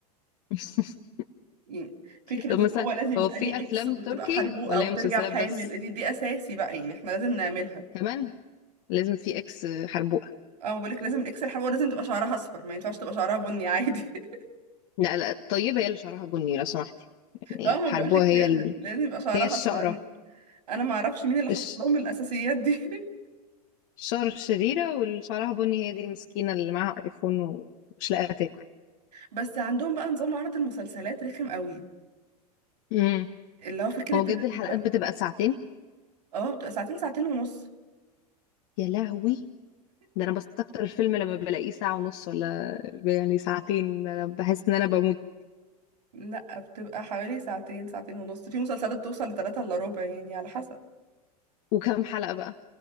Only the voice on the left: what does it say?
<laughs>
طب مثلا
هو في
أفلام
تركي
ولا
هي مسلسلات
بس
كمان لازم في إكس حربوقة
لا لا الطيبة هي اللي شعرها بني لو سمحتي يعني
الحربوقة
هي
ال...
هي الشقرة
الش...
الشقرة الشريرة واللي شعرها بني هي دي المسكينة اللي معاها آيفون ومش لاقية تاكل
امم
هو بجد
الحلقات
بتبقى ساعتين
يا لهوي ده انا بستكتر الفيلم لما بلاقيه ساعة ونص ولا ب- يعني ساعتين ده أنا بحس ان انا بموت
وكم حلقة بقى